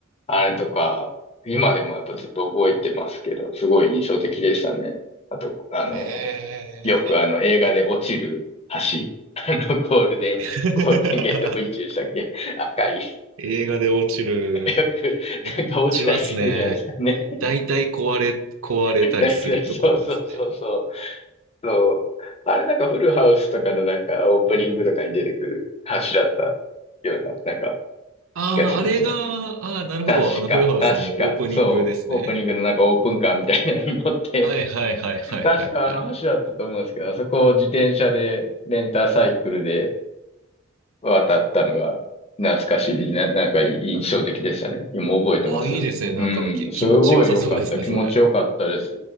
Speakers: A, on the left (about 30°); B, on the right (about 80°).
A: あれとか、今でもやっぱずっと覚えてますけど、すごい印象的でしたね。あと、あの、
B: ええ
A: よくあの、映画で落ちる橋。あの、ゴールデン、
B: <laughs>
A: ゴールデンゲートブリッジでしたっけ赤い。
B: 映画で落ちる。
A: よく、
B: 落ちますね。
A: なんか落ちたりするじゃないですかね。
B: 大体壊れ、壊れたりするところですね。
A: <laughs> だいたいそうそうそうそう。そう。あれなんかフルハウスとかのなんかオープニングとかに出てくる話だったような、なんか
B: ああ、
A: 気がしますね。
B: あれが、ああ、なるほど。
A: 確か、
B: あの、フルハウスのオープニングですね。
A: 確か、そう、オープニングのなんかオープンカーみたいなのに乗って、
B: はいはいはいはいはいはい。
A: <laughs> 確かあの橋だったと思うんですけど、あそこを自転車で、レンタサイクルで渡ったのが懐かしい、な、なんか印象的でしたね。今覚えてますよ。
B: ああ、いいですね。なんかき、
A: うん、すごい良かった。
B: 気持ちよさそうですね、
A: 気持ちよかったです。
B: それ。